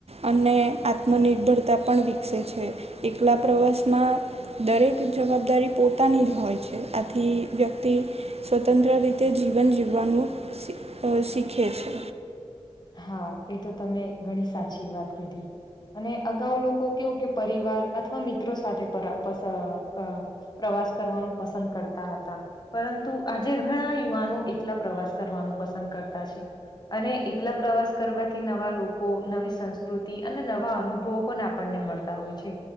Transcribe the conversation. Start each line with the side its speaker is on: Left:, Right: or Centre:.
Right: અને આત્મનિર્ભરતા પણ વિકસે છે, એકલા પ્રવાસમાં દરેક જવાબદારી પોતાની જ હોય છે, આથી વ્યક્તિ સ્વતંત્ર રીતે જીવન જીવવાનું સી અ શીખે છે.
Left: હા, એ તો તમે ઘણી સાચી વાત કીધી. અને અગાઉ લોકો કેવું કે, પરિવાર અથવા મિત્રો સાથે પસા સા પ્રવાસ કરવાનું પસંદ કરતા હતા. પરંતુ આજે ઘણા યુવાનો એકલા પ્રવાસ કરવાનું પસંદ કરતા છે, અને એ કેલા પ્રવાસ કરવાથી, નવા લોકો, નવી સંસ્કૃતિ અને નવા અનુભવ પણ આપણને મળતા હોય છે.